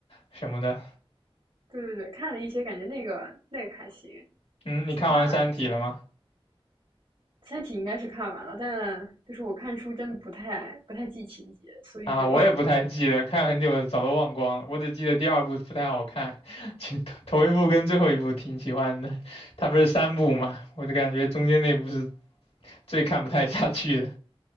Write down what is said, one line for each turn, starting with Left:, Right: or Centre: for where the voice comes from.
Left: 什么的。
Right: 对对对，看了一些，感觉那个那个还行。
Left: 嗯，你看完《三体》了吗？
Right: 其他其他三体应该是看完了，但就是我看书真的不太不太记情节，所以就
Left: 啊，我也不太记得，看很久了，早都忘光了。我只记得第二部不太好看，<laughs> 其头头一部跟最后一部挺喜欢的。它不是三部嘛，我就感觉中间那部是最看不太下去的。